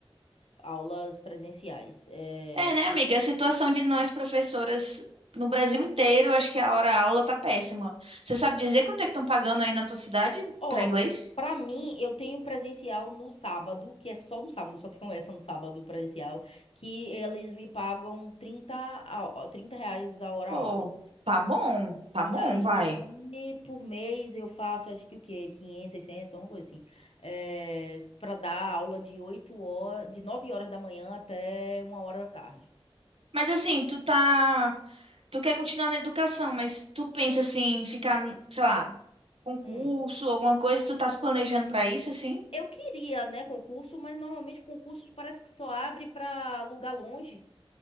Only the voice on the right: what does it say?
É, né,
amiga? A situação de nós, professoras, no Brasil inteiro, acho que a hora-aula tá péssima. Você sabe dizer quanto é que estão pagando aí na tua cidade
pra inglês?
Pô,
tá bom, tá
bom,
vai.
Mas assim, tu tá. Tu quer continuar na educação, mas tu pensa assim, em ficar, sei lá, concurso,
alguma coisa, tu tá se planejando pra isso, assim?